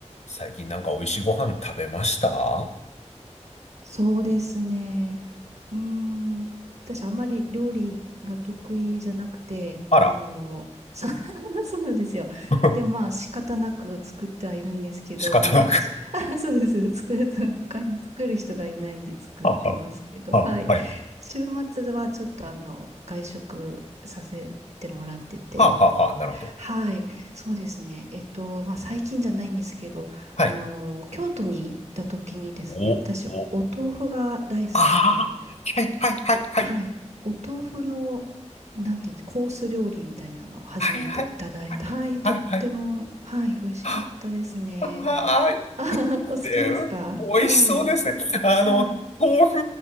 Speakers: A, on the left; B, on the right.
A: 最近なんか美味しいご飯食べました
B: そうですね。うーん、私あんまり料理が得意じゃなくて、
A: あら、
B: あの、そ、<laughs> そうなんですよ。
A: <laughs>
B: でもまあ仕方なく作ってはいるんですけど、
A: 仕方なく。
B: 毎日。あ、そうです。作る、他に作る人がいないんで作ってますけど、
A: <laughs> はあはあ、
B: はい。
A: はあ、はい。
B: 週末はちょっとあの、外食させてもらってて、
A: はあ、はあ、はあ、なるほど。
B: はい。そうですね。えっと、まあ最近じゃないんですけど、
A: はい。
B: あの、京都に行った時にですね、
A: お、
B: 私、
A: お、
B: お豆腐が大好きで、
A: ああ、はい、はい、はい、はい。
B: はい、お豆腐の、なんていうの、コース料理みたいなのを初めていただいた。
A: はい、はい、はい、
B: はい、とっても、
A: はい、はい。
B: はい、美味しかったですね。
A: ああ、いいですね。
B: あはは、お好きですかはい、
A: 美味しそうですね。あの、
B: はい。
A: 豆腐